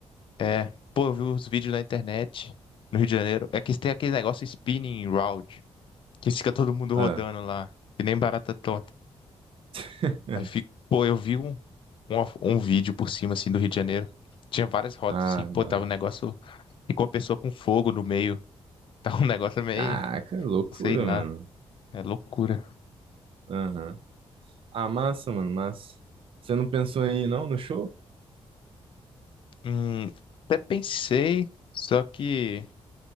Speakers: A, on the left (about 50°); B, on the right (about 55°).
A: É. Pô, eu vi os vídeos na internet, no Rio de Janeiro. É que tem aquele negócio spinning round, que fica todo mundo
B: Ah,
A: rodando lá, que nem barata tonta.
B: <laughs>
A: Aí fica, pô, eu vi um, um, um vídeo por cima, assim, do Rio de Janeiro. Tinha várias rodas,
B: ah,
A: assim, pô,
B: da hora.
A: tava um negócio, e com a pessoa com fogo no meio. <laughs> Tava um negócio meio,
B: Caraca, loucura,
A: sei lá,
B: mano.
A: é loucura.
B: Aham. Ah, massa, mano, massa. Você não pensou em ir, não, no show?
A: Hum, até pensei, só que